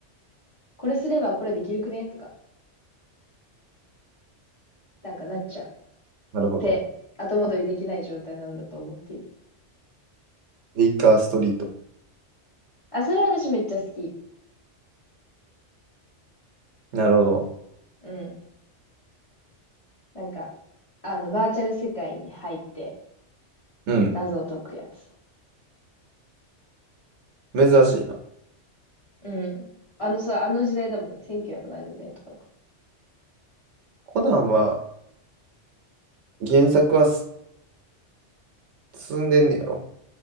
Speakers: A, on the left (about 30°); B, on the right (about 70°).
A: これすればこれできるくねとか、なんかなっちゃう。
B: なるほど。
A: て、後戻りできない状態なんだと思っている。
B: ベイカーストリート。
A: あ、それは私めっちゃ好き。
B: なるほど。
A: うん。なんか、あの、バーチャル世界に入って
B: うん。
A: 謎を解くやつ。
B: 珍しいな。
A: うん。あの、さ、あの時代だもんね。1900何年とかだか
B: コナンは、原作はす進んでんねやろ。